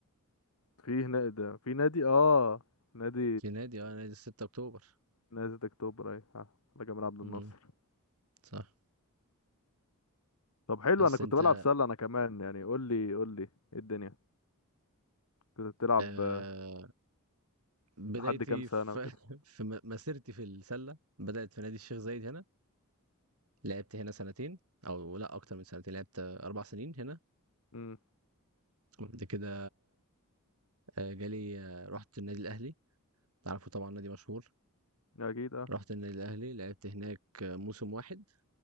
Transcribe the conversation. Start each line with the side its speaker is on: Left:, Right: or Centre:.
Left: في هنا ده في نادي اه نادي
Right: في نادي اه نادي 6 أكتوبر
Left: نادي اكتوبر ايوه آه، على جمال عبد
Right: إمم،
Left: الناصر
Right: صح،
Left: طب حلو
Right: بس
Left: انا كنت
Right: أنت
Left: بلعب سلة انا كمان يعني قول لي قول لي ايه الدنيا كنت بتلعب
Right: آآ،
Left: آه،
Right: بدايتي
Left: لحد كام سنة
Right: في
Left: وكده
Right: <laughs> في م مسيرتي في السلة بدأت في نادي الشيخ زايد هنا، لعبت هنا سنتين أو لأ أكتر من سنتين، لعبت 4 سنين هنا،
Left: امم
Right: وبعد كده آآ، جالي آه، رُحت النادي الأهلي، عارفه طبعًا نادي مشهور،
Left: اكيد اه
Right: رُحت النادي الأهلي لعبت هناك آه، موسم واحد،